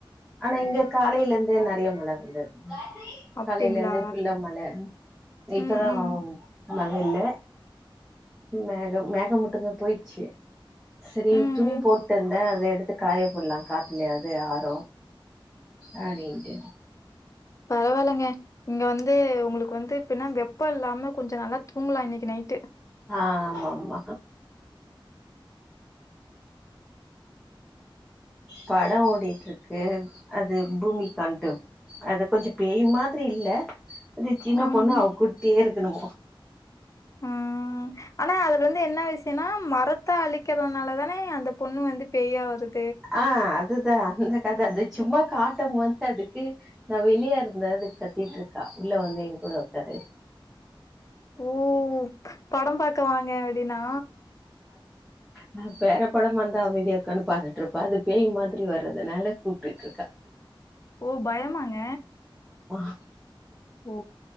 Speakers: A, in the centre; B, on the left.
A: ஆனா இங்க காலையில இருந்து மழ வந்தது
B: அப்டிங்களா
A: காலையில இருந்தே புல்ல மழ இப்பதா
B: ம் ம்
A: <unintelligible> மழில மேக மேகம் மட்டுமே போயிடுச்சு செரி
B: ம்
A: துணி போட்டு இருந்தே அத எடுத்து காய போடலா காத்துலயாவது ஆஹ அஹ நீட்டு
B: பரவாயிலங்க இங்க வந்து உங்களுக்கு வந்து ப்பின்னா வெப்பம் இல்லாம கொஞ்ச நல்லா தூங்கலா இன்னிக்கு நைட்டு
A: ஆஹ் ஆமாமா படம் ஓடிட்டு இருக்கு அது பூமி கண்டு அது கொஞ்ச பேயி மாதிரி இல்ல அது சின்ன
B: அம்
A: பொண்ணு அவ கூட்டியே இருக் என்னமோ
B: ம் ஆனா அதுல வந்து என்ன விச ன்னா மரத் த்த அழிக்றதுனால தானே அந்த பொண்ணு வந்து பெயா வருது
A: ஆஹ் அதுதான் அந்தக்கத அது சும்மா காட்டம் போது அதுக்கு நான் வெளியா இருந்த அது கத்திட்டு இருக்க உள்ள வந்து என் கூட உக்காரு
B: ஓ படம் பார்க்க வாங்க அப்டின்னா
A: நா பேற படம் வந்த அமைதியாக்கனு பாத்துட்டு இருப்பே அது பேய் மாதிரி வர்றதுனால கூப்ட்டு இருக்கா
B: ஓ பயமாங்க
A: <inaudible>
B: ஓ